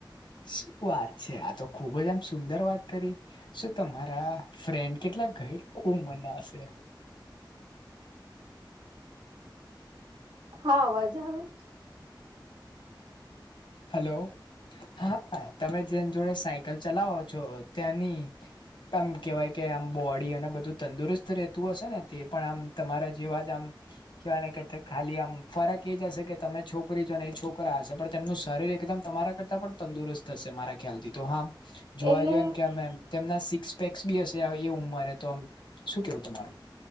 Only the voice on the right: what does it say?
હા અવાજ આવે.
એટલે